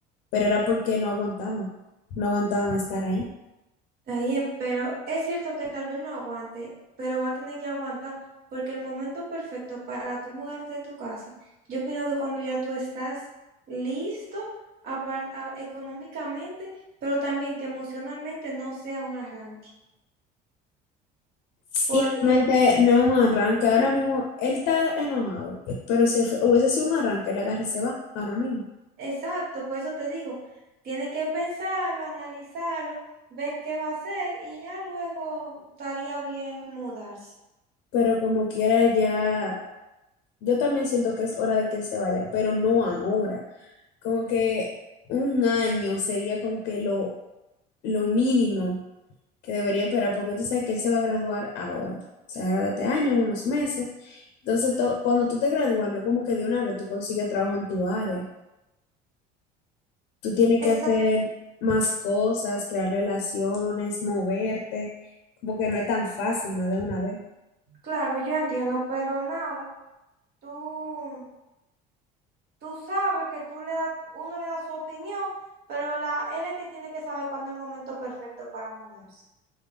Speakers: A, on the left; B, on the right.
A: pero era porque no aguantaban, no aguantaban estar ahí.
B: Está bien, pero es cierto que tal vez no aguante, pero va a tener que aguantar porque el momento perfecto para tú mudarte de tu casa, yo opino que cuando ya tú estás listo apar- a- económicamente, pero también que emocionalmente no sea un arranque.
A: Sí,
B: Porque,
A: realmente no es un arranque. Ahora mismo él está enojado, pero si fue- hubiese sido un arranque, él agarra y se va ahora mismo.
B: exacto, por eso te digo, tiene que pensarlo, analizarlo, ver qué va a hacer y ya luego estaría bien mudarse.
A: Pero como quiera, ya. Yo también siento que es hora de que él se vaya, pero no ahora. Como que un año sería como que lo, lo mínimo que debería esperar, porque tú sabes que él se va a graduar ahora. Se gradúa este año, unos meses. Entonces, to- cuando tú te gradúas, no es como que de una vez tú consigues trabajo en tu área. Tú tienes
B: Exacto,
A: que hacer más cosas, crear relaciones, moverte, como que no es tan fácil, no de una vez.
B: claro, yo entiendo, pero nada, tú... tú sabes que tú le das, uno le da su opinión, pero la, él es el que tiene que saber cuándo es el momento perfecto para mudarse.